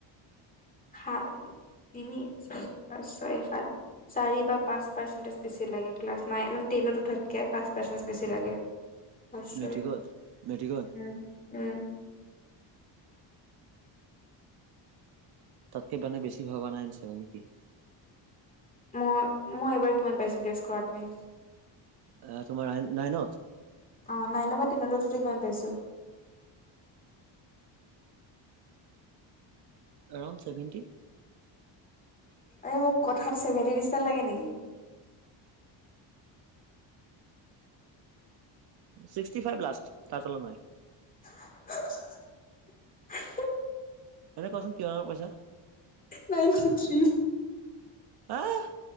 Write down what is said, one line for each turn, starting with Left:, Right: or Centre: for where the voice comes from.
Left: সাত তিনি ছয় পাঁচ ছয় সাত চাৰি বা পাঁচ পাৰ্চেটেজ বেছি লাগে ক্লাছ নাইন মানে টেনত উঠাতকে পাঁচ পাৰ্চেটেজ বেছি লাগে। অশয়
Right: মেট্ৰিকত মেট্ৰিকত
Left: উম উম।
Right: তাতকে বানে বেছি ভবা নাই ইন চাগৈ নেকি?
Left: মই মই এইবাৰ কিমান পাইছো গেছ কৰা তুমি?
Right: আহ তোমাৰ ৰা নাইনত?
Left: অ নাইনৰ পৰা টেনলৈ উঠোতে কিমান পাইছো?
Right: Around seventy?
Left: এই মোক কথাত চছেভেণ্টি নিচনা লাগে নেকি?
Right: সীষ্টি ফাইভ লাষ্ট তাৰ তলত নাই।
Left: <unintelligible>
Right: আৰে কচোন, কিমান নম্বৰ পাইছা?
Left: Ninety three.
Right: আহ!